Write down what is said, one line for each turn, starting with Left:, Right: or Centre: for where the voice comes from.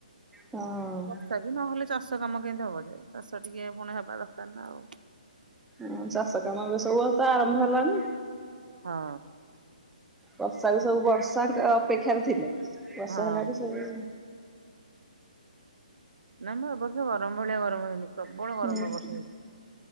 Centre: ହଁ
Right: ବର୍ଷା ବି ନହେଲେ ଚାଷ କାମ କେମିତି ହବ ଯେ ଚାଷ ଟିକେ ପୁଣି ହେବା ଦରକାର ନା ଆଉ।
Centre: ହଁ ଚାଷ କାମ ଏବେ ସବୁ ତ ଆରମ୍ଭ ହେଲାଣିି।
Right: ହଁ।
Centre: ବର୍ଷାକୁ ସବୁ ବର୍ଷାଙ୍କ ଅପେକ୍ଷାରେ ଥିଲେ। ବର୍ଷ
Right: ହଁ
Centre: ହେଲା ଠୁ ସବୁ
Right: ନାଇଁ ମ ଏଇ ବର୍ଷ ଗରମ ଭଳିଆ ଗରମ ହେଇନି। ପ୍ରବଳ
Centre: ହୁଁ
Right: ଗରମ ଏଇ ବର୍ଷ ହେଇଛି